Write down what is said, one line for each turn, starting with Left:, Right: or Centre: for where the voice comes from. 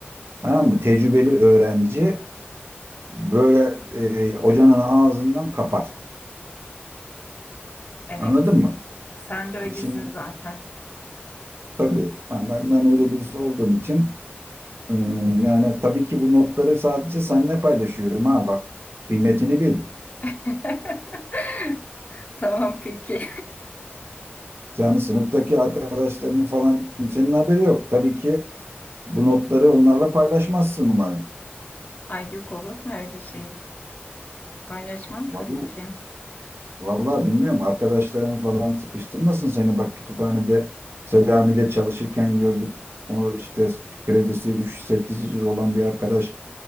Right: Tamam mı? Tecrübeli öğrenci böyle e, hocanın ağzından kapar.
Left: Evet.
Right: Anladın mı?
Left: Sen de öylesin
Right: Şimdi
Left: zaten.
Right: tabii ben, ben ben öyle birisi olduğum için ım, yani tabii ki bu notları sadece seninle paylaşıyorum ha bak. Kıymetini bil.
Left: <laughs> Tamam peki.
Right: Yani sınıftaki arkadaşlarının falan kimsenin haberi yok. Tabii ki bu notları onlarla paylaşmazsın umarım.
Left: Ay yok olur mu öyle şey? Paylaşmam
Right: Vallahi,
Left: tabii ki.
Right: vallahi bilmiyorum. Arkadaşların falan sıkıştırmasın seni. Bak kütüphanede Selami ile çalışırken gördük. O işte kredisi 3-800 olan bir arkadaş